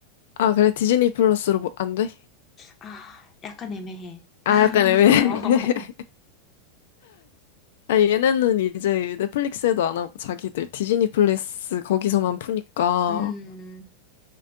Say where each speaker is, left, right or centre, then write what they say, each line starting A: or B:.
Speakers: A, on the left; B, on the left.
A: 아, 그래, 디즈니 플러스로 뭐, 안 돼?
B: 아, 약간 애매해. <laughs>
A: 아, 약간 애매해. <laughs> 아, 얘네는 이제 넷플릭스에도 안 하고 자기들 디즈니 플러스 거기서만 푸니까
B: 음,